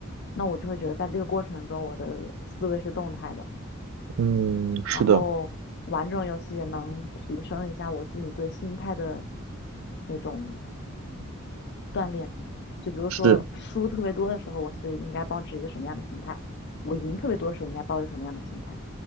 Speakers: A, on the left; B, on the right.
A: 那我就会觉得在这个过程中，我的思维是动态的，
B: 嗯，是的，
A: 然后玩这种游戏也能提升一下我自己对心态的那种锻炼。就比如说输特别多的时候，
B: 是，
A: 我是应该保持一个什么样的心态；我赢特别多的时候，应该抱着什么样的心态。